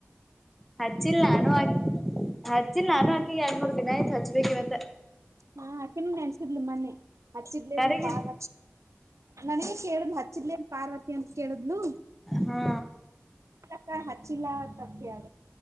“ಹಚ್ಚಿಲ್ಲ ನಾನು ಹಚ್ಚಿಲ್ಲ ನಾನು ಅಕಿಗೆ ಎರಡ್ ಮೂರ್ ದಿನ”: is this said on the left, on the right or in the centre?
Centre